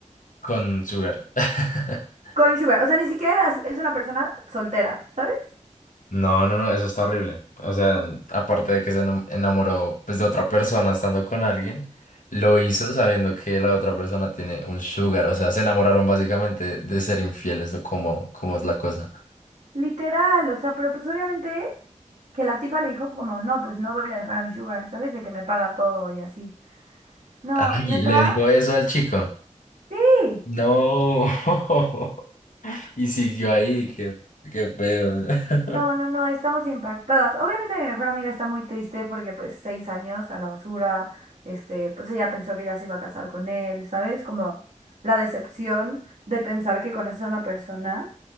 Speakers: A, on the left; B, on the right.
A: con Sugar. <laughs>
B: Sugar, o sea, ni siquiera es es una persona soltera, ¿sabes?
A: No, no, no, eso está horrible. O sea, aparte de que se enam- enamoró pues de otra persona estando con alguien, lo hizo sabiendo que la otra persona tiene un Sugar. O sea, se enamoraron básicamente de ser infieles o cómo, cómo es la cosa.
B: Literal, o sea, pero pues obviamente que la tipa le dijo como, no, pues no voy a dejar a mi sugar, ¿sabes? De que me paga todo y así. No,
A: Ay,
B: neta,
A: le dijo eso al chico.
B: sí.
A: No. <laughs> Y siguió ahí, qué, qué pedo. <laughs>
B: No, no, no, estamos impactadas. Obviamente mi mejor amiga está muy triste porque pues seis años a la basura, este, pues ella pensó que ya se iba a casar con él, ¿sabes? Como la decepción de pensar que conoces a una persona